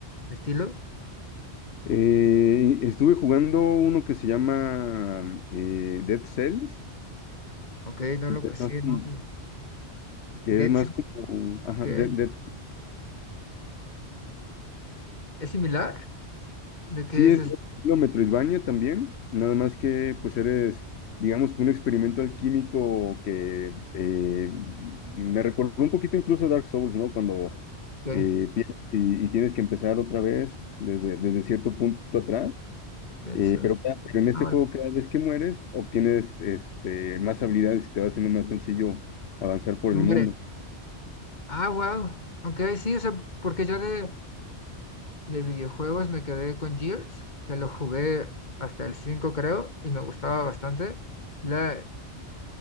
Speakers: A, on the left; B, on the left.
A: estilo.
B: Eh, estuve jugando uno que se llama eh, Dead Cells,
A: Ok, no
B: que
A: lo,
B: es
A: sí,
B: más como,
A: no,
B: que
A: Dead
B: es más
A: Cells,
B: como- ajá,
A: ok.
B: Dead, Dead
A: ¿Es similar? ¿De qué
B: Sí,
A: es
B: es
A: eso?
B: lo Metroidvania también, nada más que pues eres, digamos que un experimento alquímico que eh, me recordó un poquito incluso a Dark Souls, ¿no? Cuando
A: Ok,
B: eh, pierdes y, y tienes que empezar otra vez desde, desde cierto punto atrás,
A: Dead
B: eh,
A: Cells.
B: pero, cada- pero en este
A: Ah, vale,
B: juego cada vez que mueres obtienes este, más habilidades y te va haciendo más sencillo avanzar por
A: no
B: el
A: muere.
B: mundo.
A: Ah, wow. Ok, sí, o sea, porque yo de, de videojuegos me quedé con Gears, que lo jugué hasta el 5 creo, y me gustaba bastante. La